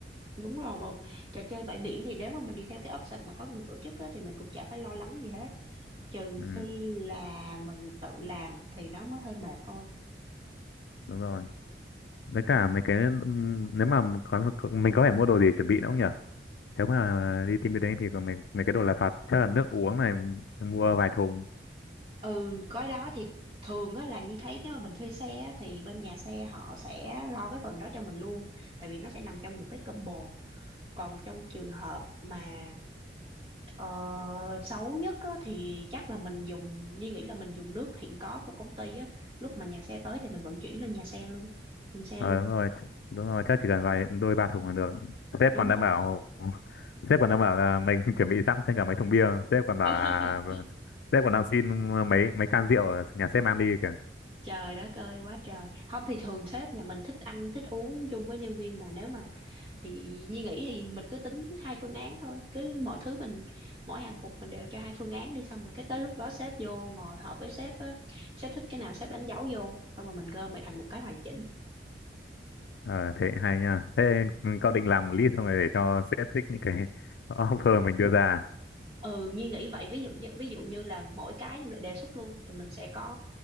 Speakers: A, on the right; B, on the left.
A: đúng rồi mà trò chơi bãi biển thì nếu mà mình đi theo cái option mà có người tổ chức á, thì mình cũng chả phải lo lắng gì hết trừ
B: ừ
A: khi là mình tự làm thì nó mới hơi mệt thôi
B: đúng rồi với cả mấy cái ừm, nếu mà có, mình có phải mua đồ gì chuẩn bị nữa không nhở nếu mà đi team building thì còn mấy mấy cái đồ lặt vặt chắc là nước uống này mua vài thùng
A: ừ cái đó thì thường á, là như thấy nếu mà mình thuê xe á, thì bên nhà xe họ sẽ lo cái phần đó cho mình luôn tại vì nó sẽ nằm trong một cái combo còn trong trường hợp mà ờ, xấu nhất á, thì chắc là mình dùng như nghĩ là mình dùng nước hiện có của công ty á lúc mà nhà xe tới thì mình vận chuyển lên nhà xe luôn lên xe
B: ờ
A: luôn
B: đúng rồi ch- đúng rồi chắc chỉ cần vài đôi ba thùng là được sếp
A: đúng
B: còn đang
A: rồi
B: bảo <laughs> sếp còn đang bảo là mình <laughs> chuẩn bị sẵn thêm cả mấy thùng bia sếp còn bảo
A: <laughs>
B: là sếp còn đang xin mấy mấy can rượu ở nhà sếp mang đi kìa
A: trời đất ơi quá trời không thì thường sếp nhà mình thích ăn thích uống chung với nhân viên mà nếu mà thì Nhi nghĩ thì mình cứ tính hai phương án thôi cứ mọi thứ mình mỗi hạng mục mình đều cho hai phương án đi xong rồi cái tới lúc đó sếp vô ngồi họp với sếp á, sếp thích cái nào sếp đánh dấu vô xong rồi mình gom lại thành một cái hoàn chỉnh
B: ờ thế hay nha thế cậu định làm một list xong rồi để cho sếp thích những cái <laughs> offer mình đưa ra
A: ừ Nhi nghĩ vậy ví dụ như ví dụ như là mỗi cái đề xuất luôn thì mình sẽ có